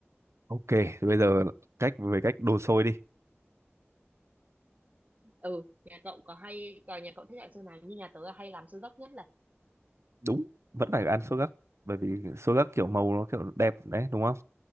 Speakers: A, on the right; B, on the right.
A: ok bây giờ cách về cách đồ xôi đi
B: ừ nhà cậu có hay còn nhà cậu thích loại sơn nào như nhà tớ là hay làm siêu dốc nhất là
A: đúng vẫn phải ăn xôi gấc bởi vì xôi gấc kiểu màu nó kiểu đẹp đấy đúng không